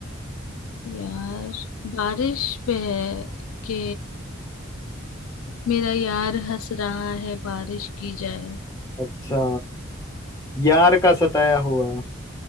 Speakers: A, on the left (about 85°); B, on the left (about 15°).
A: यार बारिश पे है के मेरा यार हंस रहा है बारिश की जाए
B: अच्छा यार का सताया हुआ